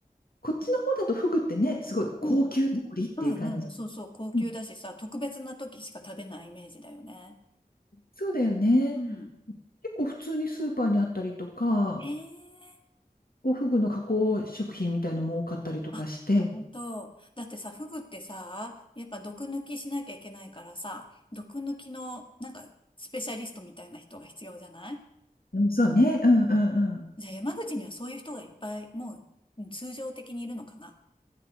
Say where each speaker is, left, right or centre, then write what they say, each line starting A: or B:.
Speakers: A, on the left; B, on the left.
A: こっちの方だとフグってね、すごい高級料理っていう感じ。
B: うん。うんうん。そうそう。高級だしさ、
A: うん
B: 特別な時しか食べないイメージだよね。
A: そうだよね。
B: うん。
A: 結構普通にスーパーにあったりとか、
B: ええ
A: こうフグの加工食品みたいのも多かったりとかして、
B: あ、本当。だってさ、フグってさ、やっぱ毒抜きしなきゃいけないからさ、毒抜きの、なんか、スペシャリストみたいな人が必要じゃない
A: うん、そうね、うんうんうん。
B: うんじゃあ、山口にはそういう人がいっぱい、もう、うん通常的にいるのかな